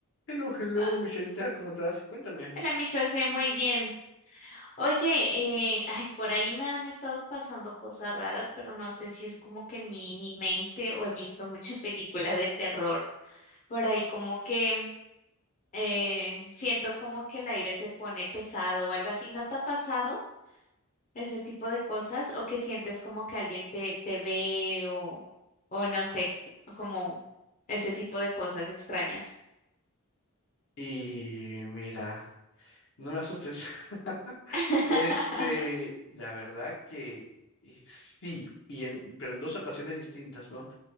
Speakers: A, on the left (about 55°); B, on the left (about 35°).
A: Hello, hello,
B: Ah,
A: Michelita, ¿cómo estás? Cuéntame.
B: Hola, mi José, muy bien. Oye, eh, ay, por ahí me han estado pasando cosas raras, pero no sé si es como que mi, mi mente o he visto mucha película de terror. Por ahí como que eh, siento como que el aire se pone pesado o algo así. ¿No te ha pasado ese tipo de cosas? ¿O que sientes como que alguien te, te ve o, o no sé, como ese tipo de cosas extrañas?
A: Y mira, no me asustes. <laughs>
B: <laughs>
A: Este, la verdad que y sí, y en, pero en dos ocasiones distintas, ¿no?